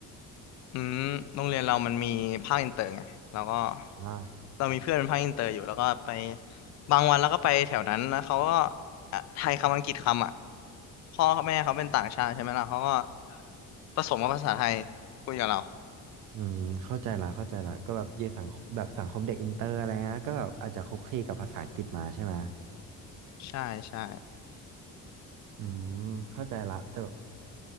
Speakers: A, on the left (about 55°); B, on the right (about 75°).
A: อืมโรงเรียนเรามันมีภาคอินเตอร์ไงเราก็
B: อ่า
A: เรามีเพื่อนเป็นภาคอินเตอร์อยู่แล้วก็ไปบางวันแล้วก็ไปแถวนั้นนะเขาก็อ่ะไทยคำอังกฤษคำอ่ะพ่อกับแม่เขาเป็นต่างชาติใช่ไหมล่ะเขาก็ผสมกับภาษาไทยคุยกับเรา
B: อืมเข้าใจละเข้าใจละก็แบบเยสังคมแบบสังคมเด็กอินเตอร์อะไรเงี้ยก็แบบอาจจะคุกคีกับภาษาอังกฤษมาใช่ไหม
A: ใช่ใช่
B: อืมเข้าใจละแต่แบบ